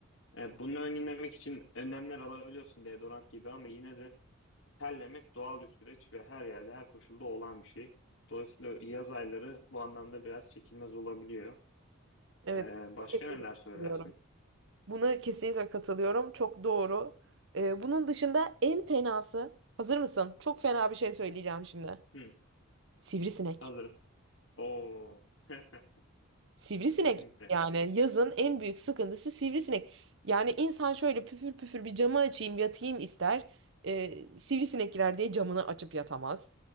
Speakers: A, on the left; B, on the right.
A: E, bunu önlemek için önlemler alabiliyorsun deodorant gibi ama yine de Terlemek doğal bir süreç ve her yerde, her koşulda olan bir şey. Dolayısıyla yaz ayları bu anlamda biraz çekilmez olabiliyor.
B: Evet,
A: Ee, başka
B: kesinlikle
A: neler söylersin?
B: katılıyorum. Buna kesinlikle katılıyorum. Çok doğru. Ee, bunun dışında en fenası, hazır mısın? Çok fena bir şey söyleyeceğim şimdi.
A: Hı,
B: Sivrisinek.
A: hazırım. Oo, <laughs>
B: Sivrisinek
A: kesinlikle.
B: yani yazın en büyük sıkıntısı sivrisinek. Yani insan şöyle püfür püfür bir camı açayım yatayım ister. Ee, sivrisinek girer diye camını açıp yatamaz.